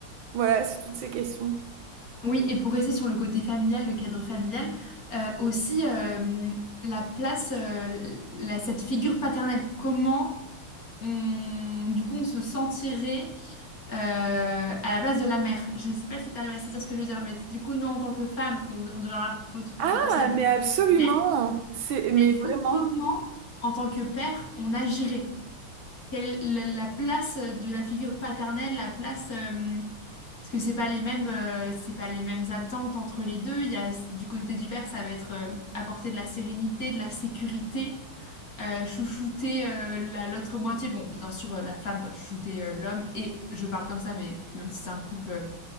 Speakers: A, on the right; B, on the left.
A: voilà, c'est toutes ces questions.
B: Oui, et pour rester sur le côté familial, le cadre familial, euh, aussi euh, la place, euh, l- la- cette figure paternelle, comment on, du coup on se sentirait euh, à la place de la mère. Je ne sais pas si tu arrives à saisir ce que je veux dire, mais du coup nous en tant que femme, on, on deviendra pot-
A: Ah,
B: potentiellement
A: mais absolument,
B: mère,
A: c'est, mais
B: mais du
A: vraiment.
B: coup comment en tant que père on agirait? Quelle est la la place euh, de la figure paternelle, la place, euh, parce que c'est pas les mêmes, euh, c'est pas les mêmes attentes entre les deux. Il y a du côté du père, ça va être euh, apporter de la sérénité, de la sécurité, euh, chouchouter euh, la- l'autre moitié. Bon, bien sûr, euh, la femme doit chouchouter euh, l'homme et je parle comme ça, mais même si c'est un couple